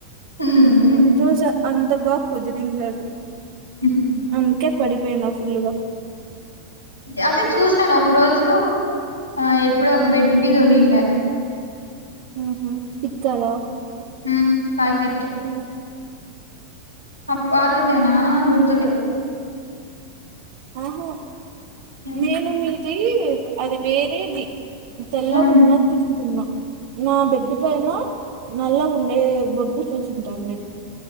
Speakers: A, on the left; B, on the right.
A: హ్మ్
B: ఆ రోజు అంత బాగ కుదిరిందది
A: ఉహు
B: అందుకే పడిపోయిన ఫుల్గ
A: అదే చూసాను ఒక రోజు ఆ ఎప్పుడో బెడ్ మీద ఉన్నిండ
B: ఊహు స్టిక్కర
A: ఊ పాకిట్
B: ఆ
A: అప్ప ఆరోజేనా గుర్తులే
B: ఆహో
A: హ్మ్
B: నేను మీ తీ అది వేరేది తెల్లగున్నది
A: హ్మ్
B: తీసుకున్న నా బెడ్డు పైన నల్ల గుండే బొడ్డు చూసింటారు <unintelligible>